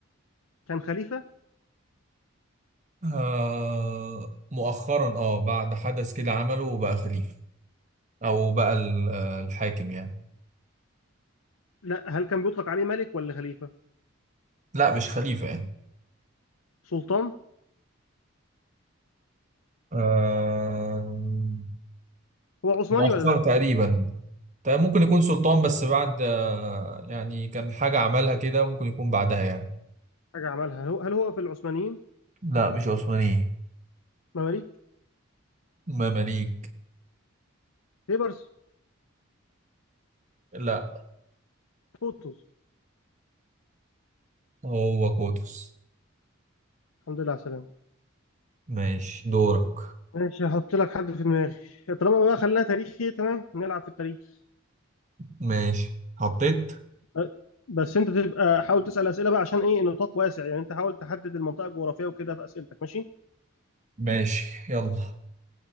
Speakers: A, on the left; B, on the right.
A: كان خليفة
B: آه مؤخرا اه بعد حدث كده عمله وبقى خليفة أو بقى ال- الحاكم يعني
A: لا هل كان بيطلق عليه ملك ولا خليفة
B: لا مش خليفة يعني
A: سلطان
B: آه
A: هو عثماني
B: مؤخرا
A: ولا لا
B: تقريبا طيب ممكن يكون سلطان بس بعد آه يعني كان حاجة عملها كده ممكن يكون بعدها يعني
A: حاجة عملها هل هو هل هو في العثمانيين
B: لا مش عثمانية
A: مماليك
B: مماليك
A: بيبرس
B: لا
A: قطز
B: هو قطز
A: الحمد لله على السلامة
B: ماشي دورك
A: ماشي هحط لك حد في دماغي طالما بقى خليها تاريخي تمام نلعب في التاريخ
B: ماشي حطيت
A: أه، بس انت تبقى حاول تسأل أسئلة بقى عشان ايه نطاق واسع يعني انت حاول تحدد المنطقة الجغرافية وكده في أسئلتك ماشي
B: ماشي يلا